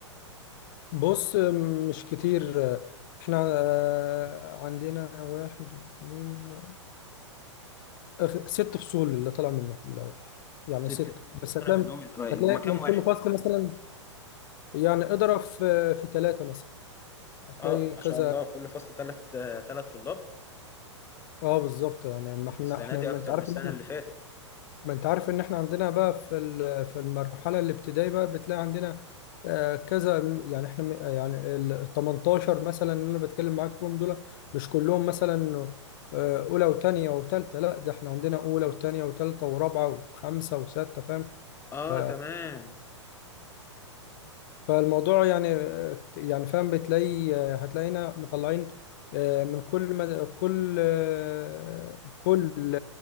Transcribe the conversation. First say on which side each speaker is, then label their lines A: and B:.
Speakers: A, on the left; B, on the left.
A: بص آه، مش كتير آه، احنا آه، عندنا واحد اثنين أخ- ست فصول اللي طلع منه من الاول يعني
B: ست
A: ست
B: فصول
A: بس هتلاقي
B: طلع منهم الأوائل
A: هتلاقي
B: هما كام
A: من
B: واحد؟
A: كل فصل مثلا يعني اضرب في في ثلاثه مثلا هتلاقي
B: اه ما
A: كذا
B: شاء الله كل فصل تلات آه، تلات طلاب
A: اه بالظبط يعني ما احنا
B: السنة
A: احنا
B: دي
A: ما
B: أكتر
A: انت عارف
B: من السنة
A: ان احنا
B: اللي فاتت
A: ما انت عارف ان احنا عندنا بقى في ال- في المرحله الابتدائيه بقى بتلاقي عندنا آه، كذا يعني احنا م- يعني ال 18 مثلا اللي انا بتكلم معاك فيهم دول مش كلهم مثلا آه، اولى وثانيه وثالثه لا ده احنا عندنا اولى وثانيه وثالثه ورابعه وخمسه وسته فاهم
B: اه
A: ف
B: تمام
A: فالموضوع يعني يعني فاهم بتلاقي هتلاقينا مطلعين آه، من كل مد... كل آه، كل